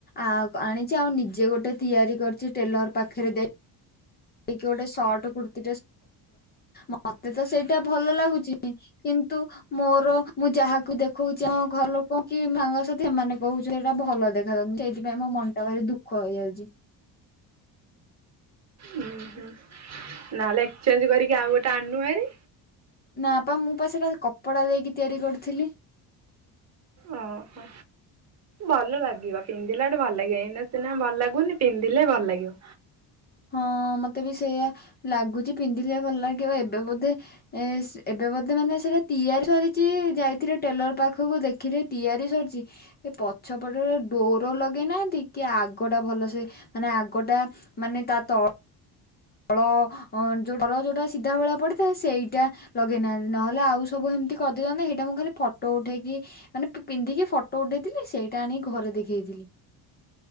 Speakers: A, on the left; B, on the right.
A: ଆ ଆଣିଛି ଆଉ ନିଜେ ଗୋଟେ ତିଆରି କରିଛି ଟେଲର ପାଖରେ ଦେଇ କି ଗୋଟେ ସର୍ଟ କୁର୍ତ୍ତୀ ମତେ ତ ସେଇଟା ଭଲ ଲାଗୁଛି କିନ୍ତୁ। କିନ୍ତୁ ମୋର ମୁଁ ଯାହାକୁ ଦେଖଉଛି ଆ ଘର ଲୋକ କି ମାଙ୍କସା ସେମାନେ କହୁ ସେଇଟା ଭଲ ଭଲ ଦେଖାାଯାଉ ସେଇଥିପାଇଁ ମୋ ମନ ଟା ଭାରି ଦୁଖ ହେଇଯାଉଛି।
B: ଉଁ ହୁଁ ନହେଲେ ଏକ୍ସଚେଞ୍ଜ କରିକି ଆଉ ଗୋଟେ ଆଣନୁ ହାରି।
A: ନା ପା ମୁଁ ପା ସେଟା କପଡା ଦେଇକି ତିଆରି କରୁଥିଲି।
B: ଓ ହୋ। ଭଲ ଲାଗିବ ପିନ୍ଧିଲାଟେ ଭଲ ଲାଗିବ ଏଇନା ସିନା ଭଲ ଲାଗୁନି ପିନ୍ଧିଲେ ଭଲ ଲାଗିବ।
A: ହଁ ମତେ ବି ସେଇଆ ଲାଗୁଛି ପିନ୍ଧିଲେ ଭଲ ଲାଗିବ ଏବେ ବୋଧେ ସେ ଏବେ ମଧ୍ୟ ମାନ ସେଟା ତିଆରି ସରିଛି ଯାଇଥିଲେ ଟେଲର ପାଖକୁ ଦେଖିଲେ ତିଆରି ସରିଛି। ପଛପଟରେ ଡୋର ଲଗେଇନାହାନ୍ତି କି ଆଗଟା ଭଲ ସେ ମାନେ ଆଗଟା ମାନେ ତା ତଳ ଫଳ ଯୋଉ ଫଳ ଯୋଉଟା ସିଧା ଭଳିଆ ପଡିଥାଏ ସେଇଟା ଲଗେଇନାହାନ୍ତି। ନହେଲେ ଆଉ ସବୁ କେମତି କରିଦେଇଥାନ୍ତତା ସେଇଟା ମୁଁ ଖାଲି ଫଟୋ ଉଠେଇକି ମାନେ ପିନ୍ଧିକି ଫଟୋ ଉଠେଇଥିଲି ସେଇଟା ଆଣିକି ଘରେ ଦେଖେଇଥିଲି।